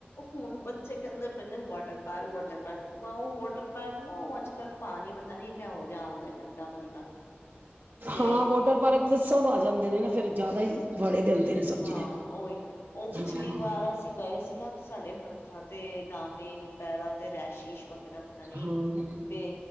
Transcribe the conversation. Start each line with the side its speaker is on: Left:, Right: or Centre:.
Left: ਹੁਣ ਬੱਚੇ ਕਹਿੰਦੇ ਪਏ ਨੇ ਵਾਟਰ ਪਾਰਕ, ਵਾਟਰ ਪਾਰਕ ਉਹ ਵਾਟਰ ਪਾਰਕ ਨਾ ਅਜ- ਅੱਜ ਕੱਲ ਪਾਣੀ ਪਤਾ ਨੀ ਕਿਹੋ ਜਿਹਾ ਆਂਦਾ। ਗੰਦਾ ਮੰਦਾ ਤੇ
Right: ਹਾਂ ਵੋਟਰ ਪਾਰਕ ਚ ਸਭ ਆ ਜਾਂਦੇ ਨੇ ਨਾ ਫੇਰ ਜ਼ਿਆਦਾ ਹੀ ਵੜੇ ਦੇ ਹੁੰਦੇ। ਨੇ ਸਬਜ਼ੀ
Left: ਹਾਂ
Right: ਨੇ
Left: ਉਹੀ ਉਹ ਪਿਛਲੀ
Right: ਹਾਂ
Left: ਵਾਰ ਅਸੀਂ ਗਏ ਸੀ ਨਾ, ਸਾਡੇ ਹੱਥਾਂ ਤੇ ਦਾਨੇ ਪੈਰਾਂ ਤੇ ਰੈਸ਼ਿਸ਼ ਵੇ ਗੈਰਾ ਪਤਾ ਨੀ
Right: ਹਾਂ
Left: ਤੇ